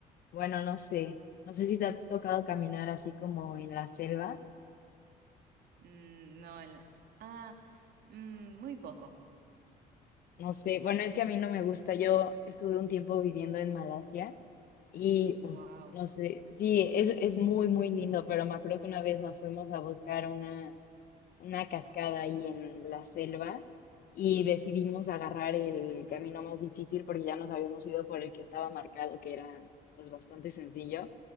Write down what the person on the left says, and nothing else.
bueno, no sé, no sé si te ha tocado caminar así como en la selva.
No sé, bueno, es que a mí no me gusta. Yo estuve un tiempo viviendo en Malasia y,
uf, no sé, sí, es, es muy, muy lindo, pero me acuerdo que una vez nos fuimos a buscar una, una cascada ahí en la selva y decidimos agarrar el camino más difícil porque ya nos habíamos ido por el que estaba marcado, que era pues bastante sencillo.